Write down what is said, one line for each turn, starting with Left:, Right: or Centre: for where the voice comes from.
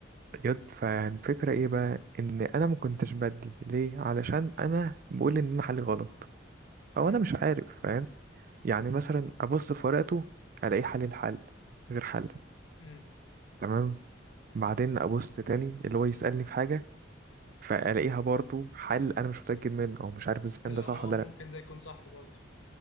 Right: يد فالفكره ايه بقى ان انا ما كنتش بدي ليه علشان انا بقول ان انا حلي غلط او
Left: امم
Right: انا مش عارف فاهم يعني مثلا ابص في ورقته الاقي حل الحل غير حلي
Left: امم
Right: تمام بعدين ابص تاني اللي هو يسالني في حاجه فالاقيها برضو حل انا مش متاكد منه او مش عارف اذا كان
Left: اللي
Right: ده صح
Left: هو آه،
Right: ولا
Left: ممكن
Right: لا
Left: ده يكون صح برضه